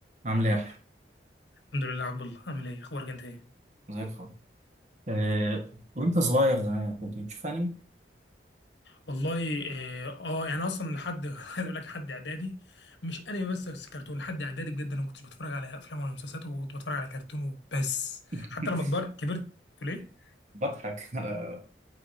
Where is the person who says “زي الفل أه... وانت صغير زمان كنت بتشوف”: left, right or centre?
Right